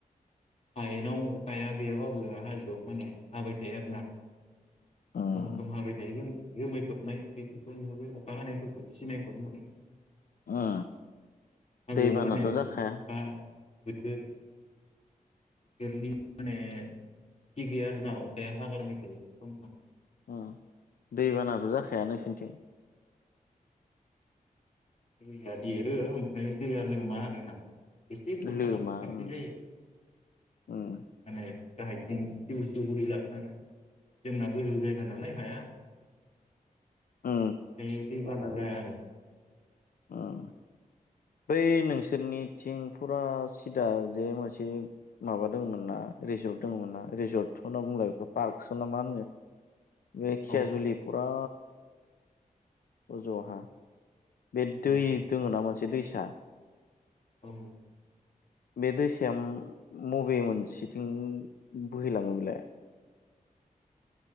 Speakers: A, on the left (about 45°); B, on the left (about 70°).
A: हायेनाव अखाया गैयाबाबो हाजोआव माने हाबाय थायो आरोना।
B: उम
A: सम सम हाबाय थायो जोमै खोबनाय बेफोरखौ नुहुरो अखा हानायफोरखौ सिनायहरो माने
B: अ
A: हाजोआव
B: दैबानाथ
A: माने
B: जाखाया।
A: अखा बोथोर बोथोरनि माने थि गैया आरो ना अखाया हागारबाय थायो सम सम।
B: अ दैबानाथ‌ जाखाया नोंसोरनिथिं
A: दैया देरो ओमफ्राय दैया लोमा आरोना। एसे खुरखाला
B: लोमा
A: <unintelligible>
B: उम
A: जायो माने
B: उम
A: गाहायथिं सिउ सिउ बोहैलाङो नालाय जोंना गोजौ जायगा नालाय हाया।
B: अ।
A: ओमफ्राय दैबाना जाया आरो।
B: उम बै नोंसोरनिथिं फुरा सिदा जे मोनसे माबा दङमोन ना रिजर्ट दङमोन ना रिजर्टथ होनना बुंला बेखौ पार्कसो ना मा होनो। बे खियाजुलि
A: औ औ
B: फुरा। अजहा। बे दै
A: औ
B: दोङो नामा। मोनसे दैसा।
A: औ।
B: बे दैसा उम मबे मोनसेथिं बोहैलाङो बेलाय।